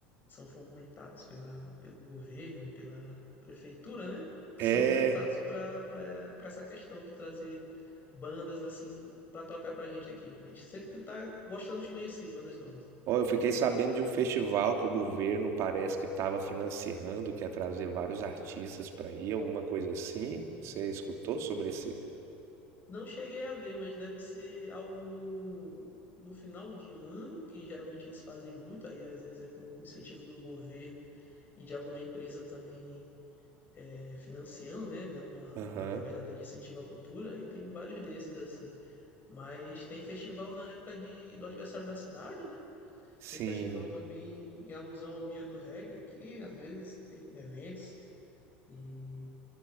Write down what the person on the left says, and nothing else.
são fomentados pela, pelo governo e pela prefeitura, né? Que
são voltados para para essa questão de trazer bandas assim para tocar pra gente aqui. A gente sempre tá gostando de conhecer bandas novas.
Não cheguei a ver, mas deve ser algo no, no final de ano, que geralmente eles fazem muito, aí às vezes é com incentivo do governo e de alguma empresa também é, financiando, né, dando uma
através da lei de incentivo à cultura e tem vários desses assim. Mas tem festival na época de, do aniversário da cidade, né?
Tem festival também em alusão ao Dia do Reggae aqui, às vezes tem eventos e